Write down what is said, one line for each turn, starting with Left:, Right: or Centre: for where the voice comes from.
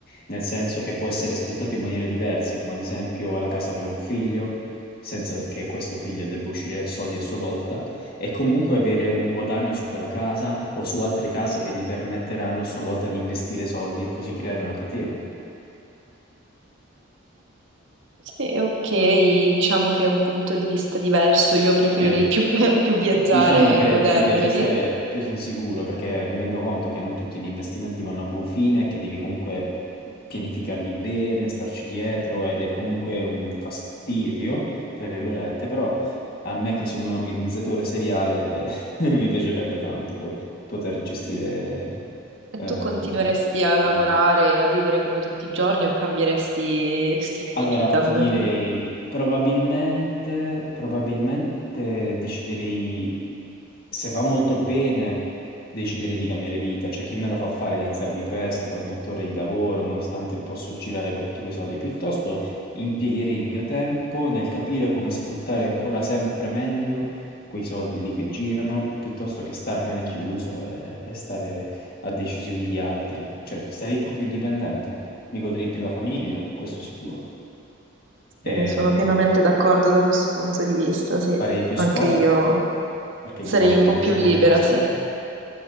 Left: nel senso che può essere sfruttato in maniere diverse, come ad esempio la casa per un figlio, senza che questo figlio debba uscire soldi a sua volta, e comunque avere un guadagno su quella casa o su altre case che gli permetteranno a sua volta di investire soldi e così creare una catena.
Right: Sì, ok, diciamo che è un punto di vista diverso, io preferirei
Left: Sì,
Right: più, <laughs> più viaggiare
Left: Diciamo che
Right: e godermeli.
Left: ti piace stare più sul sicuro perché mi rendo conto che non tutti gli investimenti vanno a buon fine e che devi comunque pianificarli bene, starci dietro ed è comunque un fastidio, tra virgolette, però a me che sono un organizzatore seriale <laughs> mi piacerebbe tanto po- poter gestire
Right: E
Left: ehm,
Right: tu continueresti
Left: gli
Right: a
Left: investimenti.
Right: lavorare e a vivere come tutti i giorni o cambieresti stile di
Left: Allora,
Right: vita?
Left: ti
Right: Come...
Left: direi probabilmente, probabilmente deciderei, se va molto bene, decidere di cambiare vita, cioè chi me la fa fare di alzarmi presto, farmi otto ore di lavoro, nonostante posso girare con tutti quei soldi, piuttosto impiegherei il mio tempo nel capire come sfruttare ancora sempre meglio quei soldi lì che girano, piuttosto che starmene chiuso e, e stare a decisioni di altri, cioè sarei un po' più dipendente, mi godrei più la famiglia, questo sicuro e
Right: Eh, sono pienamente d'accordo da questo punto di vista, sì.
Left: farei più sport,
Right: Anche io
Left: perché
Right: sarei
Left: il mio- a
Right: un
Left: me
Right: po'
Left: piace
Right: più libera,
Left: molto fare sport.
Right: sì.